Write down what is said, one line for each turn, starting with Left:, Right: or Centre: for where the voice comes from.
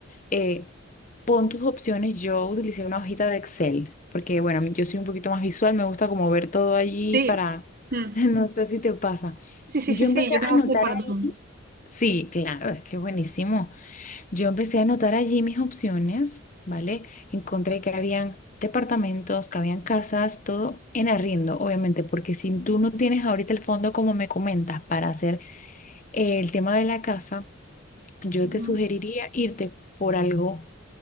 Left: Eh, pon tus opciones, yo utilicé una hojita de Excel, porque bueno, yo soy un poquito más visual, me gusta como ver todo allí
Right: Sí.
Left: para,
Right: Mm.
Left: <laughs> no sé si te pasa.
Right: Sí, sí,
Left: Yo
Right: sí, sí,
Left: empecé
Right: yo
Left: a
Right: tengo
Left: anotar
Right: hacer para
Left: ahí.
Right: todo.
Left: Sí, claro, es que buenísimo. Yo empecé a anotar allí mis opciones, ¿vale? Encontré que habían departamentos, que habían casas, todo en arriendo, obviamente, porque si tú no tienes ahorita el fondo, como me comentas, para hacer eh, el tema de la casa, yo
Right: Ujú,
Left: te sugeriría irte por algo